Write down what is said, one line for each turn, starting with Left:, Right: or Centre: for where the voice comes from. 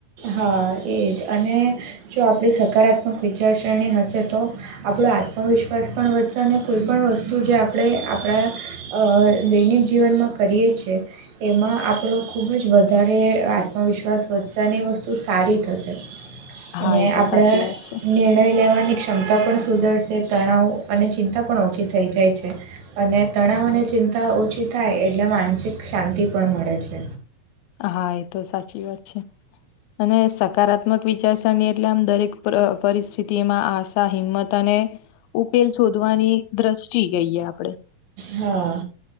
Right: હા એ જ અને જો આપણી સકારાત્મક વિચાર શ્રેણી હશે તો આપણો આત્મવિશ્વાસ પણ વધશે અને કોઈ પણણ વસ્તુ જે આપણે આપણા અ દૈનિક જીવનમાં કરીએીએ. એમાં આપણો ખુબ જ વધારે આત્મવિશ્વાસ વધશે. ધની વસ્તુ સારી થશે
Left: હા
Right: અને
Left: એ તો
Right: આપણે
Left: સાચી વાત છે
Right: નિર્ણય લેવાની ક્ષમતા પણ સુધરશે તણાવ અને ચિંતા પણ ઓછી થઈ જાય છે. અને તણાવ
Left: હા
Right: અને ચિંતા ઓછી થાય એટલે માનસિક શાંતિ પણ મળે છે.
Left: હા એ તો સાચી વાત છે અને સકારાત્મ ક વિચારસરણી એટલે આમ દરેક પરિસ્થિતિમાં આશા હિંમત અને ઉકેલ શોધવાની દ્રષ્ટિ ગઈએ આપણેે
Right: હા